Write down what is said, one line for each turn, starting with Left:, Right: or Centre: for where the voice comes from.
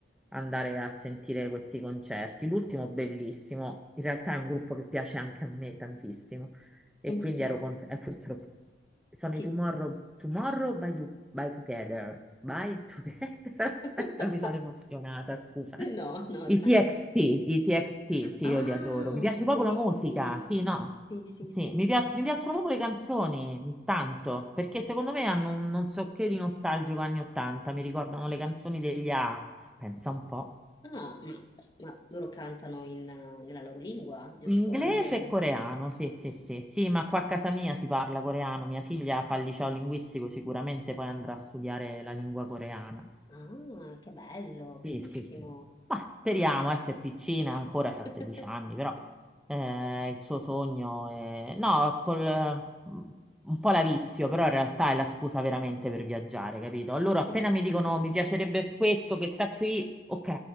Centre: andare a sentire questi concerti. L'ultimo bellissimo, in realtà è un gruppo che piace anche a me tantissimo e
Left: Come
Centre: quindi
Left: si chiamano?
Centre: ero contenta, forse ero- sono i
Left: Chi-
Centre: Tomorrow, Tomorrow by, Do- by Together. By Together, <laughs> aspetta,
Left: <laughs>
Centre: mi sono emozionata, scusa.
Left: No, no,
Centre: I
Left: tranquillo.
Centre: TXT, i TXT, sì,
Left: Ah,
Centre: io li adoro. Mi piace
Left: li
Centre: proprio
Left: ho visti.
Centre: la musica, sì, no.
Left: Sì, sì,
Centre: Sì,
Left: sì.
Centre: mi, pia- mi piacciono proprio le canzoni, tanto, perché secondo me hanno un non so che di nostalgico anni 80, mi ricordano le canzoni degli A, pensa un po'.
Left: Ah, ma, ma loro cantano in, eh, nella loro lingua, giusto?
Centre: Inglese
Left: In inglese.
Centre: e coreano, sì, sì, sì, sì, ma qua a casa mia si parla coreano, mia figlia fa il liceo linguistico, sicuramente poi andrà a studiare la lingua coreana.
Left: Ah, che bello,
Centre: Sì,
Left: bellissimo.
Centre: sì, sì. Ma speriamo, eh, se è piccina, ancora c'ha
Left: <laughs>
Centre: 16 anni, però eh, il suo sogno è... No, col, mm, un po' la vizio, però in realtà è la scusa veramente per viaggiare, capito? Allora, appena
Left: Sì.
Centre: mi dicono mi piacerebbe questo che sta qui, ok,